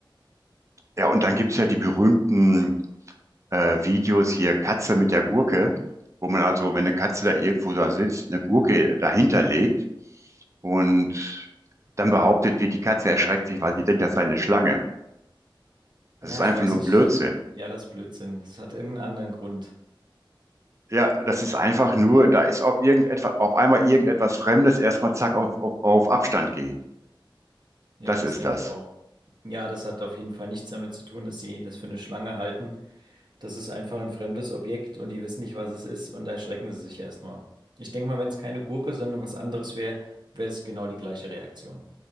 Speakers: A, on the right; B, on the right.
A: ja und dann gibt's ja die berühmten äh, Videos hier, Katze mit der Gurke, wo man also, wenn eine Katze da irgendwo da sitzt, eine Gurke dahinter legt und dann behauptet wird, die Katze erschreckt sich, weil sie denkt, das sei eine Schlange.
B: Ja,
A: Das ist
B: ich
A: einfach
B: weiß
A: nur
B: nicht.
A: Blödsinn.
B: Ja, das ist Blödsinn. Das hat irgendeinen anderen Grund.
A: Ja, das ist einfach nur, da ist auf irgendetwas, auf einmal irgendetwas Fremdes, erstmal zack auf, auf, auf Abstand gehen.
B: Ja,
A: Das
B: das
A: ist
B: denke
A: das.
B: ich auch. Ja, das hat auf jeden Fall nichts damit zu tun, dass die das für eine Schlange halten. Das ist einfach ein fremdes Objekt und die wissen nicht, was es ist und da erschrecken sie sich erstmal. Ich denke mal, wenn es keine Gurke, sondern was anderes wäre, wäre es genau die gleiche Reaktion.